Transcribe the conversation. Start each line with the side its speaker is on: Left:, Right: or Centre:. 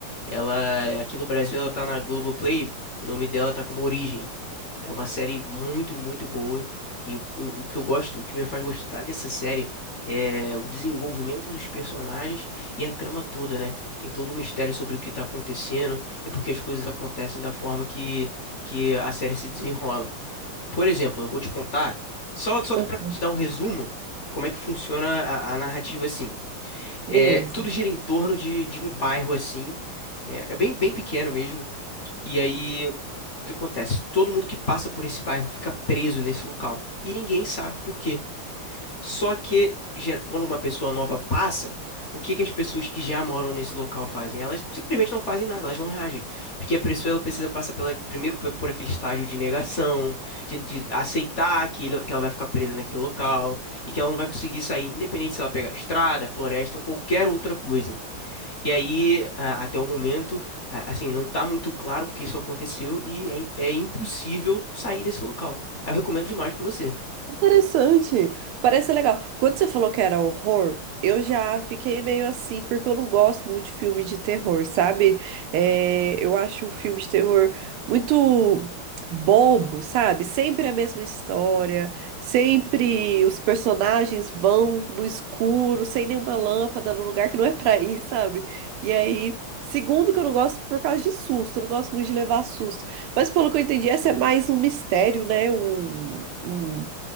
Left: Ela, aqui no Brasil, ela tá na Globoplay, o nome dela tá como Origem. É uma série muito, muito boa. E o, o que eu gosto, o que me faz gostar dessa série é o desenvolvimento dos personagens e a trama toda, né? Tem todo um mistério sobre o que tá acontecendo e porque as coisas acontecem da forma que, que a série se desenrola. Por exemplo, eu vou te contar, só, só
Right: Ah,
Left: pra te dar um resumo, como é que funciona a, a narrativa assim. É,
Right: Beleza.
Left: tudo gira em torno de, de um bairro assim. É, é bem, bem pequeno mesmo. E aí. O que acontece? Todo mundo que passa por esse bairro fica preso nesse local. E ninguém sabe por quê. Só que ge- quando uma pessoa nova passa, o que que as pessoas que já moram nesse local fazem? Elas simplesmente não fazem nada, elas não reagem. Porque a pessoa ela precisa passar pela, primeiro pe- por aquele estágio de negação, de, de aceitar que, ele- que ela vai ficar presa naquele local e que ela não vai conseguir sair, independente se ela pegar estrada, floresta ou qualquer outra coisa. E aí, a- até o momento, a- assim, não tá muito claro porque isso aconteceu e é, é impossível sair desse local. Aí Eu recomendo demais pra você.
Right: Interessante. Parece ser legal. Quando você falou que era horror, eu já fiquei meio assim, porque eu não gosto muito de filme de terror, sabe? É, eu acho o filme de terror muito bobo, sabe? Sempre a mesma história, sempre os personagens vão no escuro, sem nenhuma lâmpada, num lugar que não é pra ir, sabe? E aí. Segundo, que eu não gosto por causa de susto, eu não gosto muito de levar susto. Mas pelo que eu entendi, essa é mais um mistério, né? Um, um